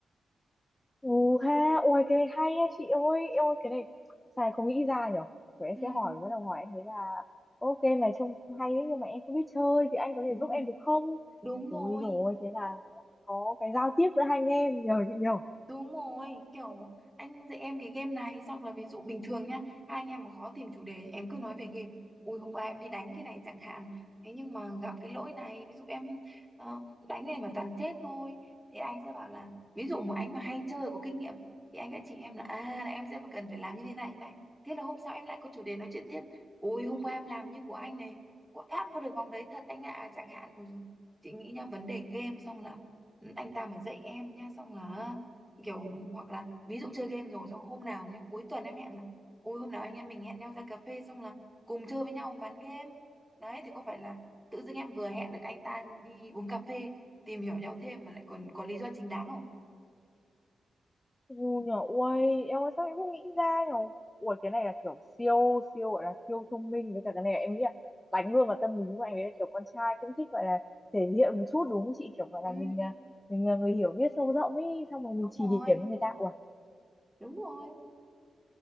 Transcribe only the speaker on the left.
Ừ ha, ôi cái này hay nha chị ơi, em ơi cái này xài không nghĩ ra nhở. Rồi em
sẽ hỏi, bắt đầu hỏi anh ấy là ok này trông hay đấy nhưng mà em không biết chơi thì anh có thể
giúp em được không?
Ui
rồi thế là có cái giao tiếp giữa hai anh em nhờ chị nhờ.
Ừ nhờ, ui em ơi sao em không nghĩ ra nhở. Ui cái này là kiểu siêu, siêu gọi là siêu thông minh với cả cái này là em nghĩ là đánh luôn vào tâm lý của anh ấy là kiểu con trai cũng thích gọi là thể hiện một chút đúng không chị? Kiểu gọi là
mình à, mình là người hiểu biết sâu rộng ấy xong rồi mình
chỉ
điểm cho người ta Ui,